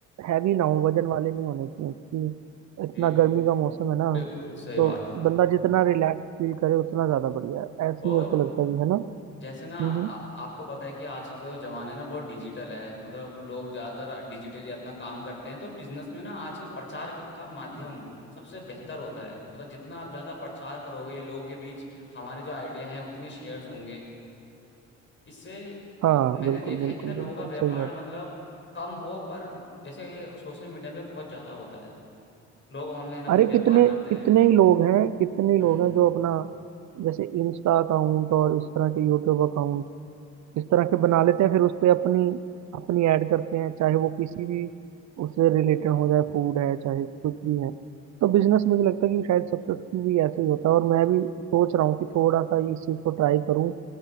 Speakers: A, on the right (about 65°); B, on the left (about 40°).
A: हैवी ना हो वजन वाले नहीं होने चाहिए क्योंकि इतना
B: जी
A: गर्मी का मौसम है ना
B: बिल्कुल सही
A: तो
B: बात
A: बंदा जितना रिलैक्स फील करे उतना ज़्यादा बढ़िया है ऐसे
B: और
A: ही मेरे को लगता है कि है ना हम्म
B: जैसे ना आ,
A: हम्म।
B: आपको पता है कि आजकल का जो जमाना है ना बहुत डिजिटल है मतलब लोग ज्यादातर डिजिटली अपना काम करते हैं तो बिजनेस में ना आजकल प्रचार क- का माध्यम सबसे बेहतर होता है मतलब जितना आप ज्यादा प्रचार करोगे लोगों के बीच हमारे जो आइडिया हैं उतने शेयर्स होंगे इससे
A: हाँ
B: मैंने
A: बिल्कुल
B: देखा
A: बिल्कुल
B: है कि ना लोगों
A: बिल्कुल
B: का व्यापार
A: सही बात
B: मतलब
A: है
B: कम हो पर जैसे सोशल मीडिया पे बहुत ज्यादा होता है लोग ऑनलाइन अपना
A: अरे
B: व्यापार
A: कितने
B: करते
A: कितने
B: हैं
A: ही लोग हैं कितने ही
B: हम्म
A: लोग हैं जो अपना जैसे इंस्टा अकाउंट और इस तरह के यूट्यूब अकाउंट इस तरह के बना लेते हैं फिर उस पे अपनी अपनी ऐड करते हैं चाहे वो किसी भी उससे रिलेटेड हो जाए फूड है चाहे कुछ भी है तो बिजनेस मुझे लगता है कि शायद सक्सेसफुल भी ऐसे ही होता है और मैं भी सोच रहा हूँ कि थोड़ा सा इस चीज़ को ट्राई करूँ